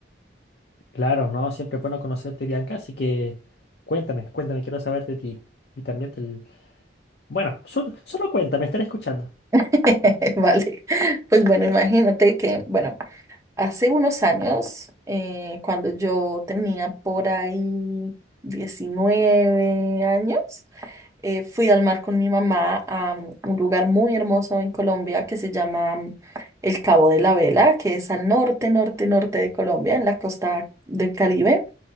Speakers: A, on the left; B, on the right.
A: Claro, ¿no? Siempre es bueno conocerte, Bianca, así que cuéntame, cuéntame, quiero saber de ti. Y también del... Bueno, sol- solo cuéntame, estaré escuchando.
B: <laughs> Vale. Pues bueno, imagínate que, bueno, hace unos años, eh, cuando yo tenía por ahí 19 años, eh, fui al mar con mi mamá a mm, un lugar muy hermoso en Colombia que se llama mm, el Cabo de la Vela, que es al norte, norte, norte de Colombia, en la costa del Caribe.